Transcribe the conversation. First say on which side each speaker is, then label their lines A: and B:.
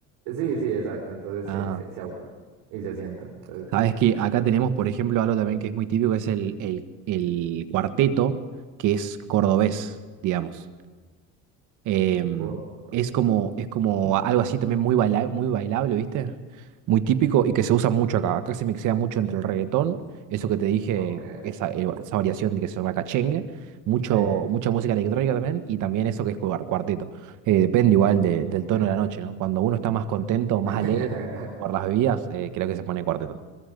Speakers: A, on the right; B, on the right.
A: Sí, sí, exacto. Entonces
B: Ah,
A: se, se, se aburre y se sientan. Entonces
B: sabes que acá
A: es
B: tenemos, por ejemplo, algo también que es muy típico, que es el, el, el cuarteto, que es cordobés, digamos. Em,
A: corto,
B: es
A: es...
B: como, es como algo así también muy baila- muy bailable, ¿viste? Muy típico y que se usa mucho acá. Acá se mixea mucho entre el reggaetón, eso que te dije,
A: Ok,
B: esa, eh, esa variación de que se llama cachengue, mucho,
A: sí,
B: mucha música electrónica también y también eso que es cua- cuarteto. Eh, depende igual de-
A: ok.
B: del tono de la noche, ¿no? Cuando uno está más contento, más
A: <laughs>
B: alegre por las bebidas, eh, creo que se pone cuarteto.